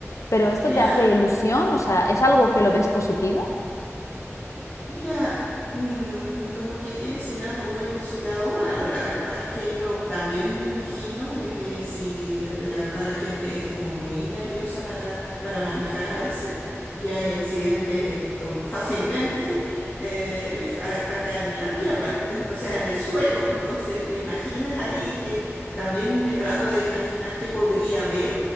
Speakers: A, on the left; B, on the left.
A: Pero esto
B: Claro.
A: te hace ilusión, o sea, ¿es algo que lo ves positivo?
B: Mira, mm, como que tiene su lado bueno, su lado malo, la verdad. Es que yo también me imagino de que si la, la verdad la gente es como muy nerviosa para, para manejar a veces, que hay accidentes eh, con- fácilmente eh, a- acá en la tierra, ent- o sea, en el suelo. Entonces, ¿te imaginas ahí que también me trato de imaginar qué podría haber